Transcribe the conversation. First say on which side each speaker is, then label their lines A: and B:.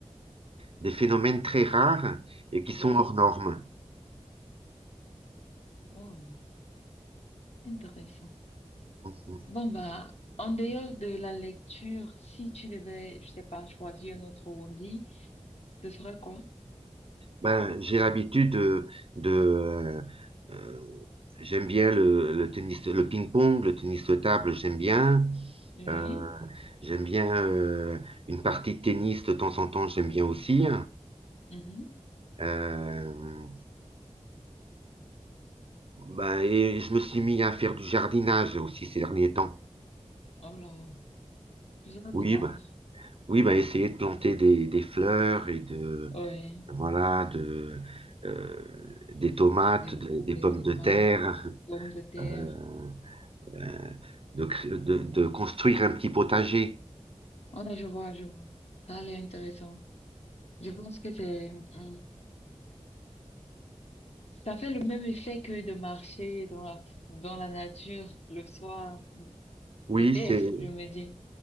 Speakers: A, on the right (about 50°); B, on the left (about 60°).
A: des phénomènes très rares et qui sont
B: Oui.
A: hors normes.
B: Wow. Intéressant.
A: Mhm.
B: Bon, bah, en dehors de la lecture, si tu devais, je sais pas, choisir un autre hobby, ce serait quoi?
A: Ben, j'ai l'habitude de, de, euh, euh, j'aime bien le, le tennis, le ping-pong, le tennis de table, j'aime bien.
B: Oui.
A: Euh, j'aime bien euh, une partie de tennis de temps en temps, j'aime bien aussi.
B: Mhm.
A: Euh, ben, et je me suis mis à faire du jardinage aussi ces derniers temps.
B: Alors, jardinage.
A: Oui, ben, Oui, bah, essayer de planter des, des fleurs et de,
B: Oui.
A: voilà, de, euh, des tomates,
B: Des,
A: de- des
B: des
A: pommes
B: tomates,
A: de terre,
B: des pommes de terre.
A: euh, euh, de, cr- de, de construire un petit potager.
B: Ouais, je vois, je vois. Ça a l'air intéressant. Je pense que c'est, hum, ça fait le même effet que de marcher dans la, dans la nature le soir.
A: Oui,
B: Peut-être,
A: c'est,
B: je me dis.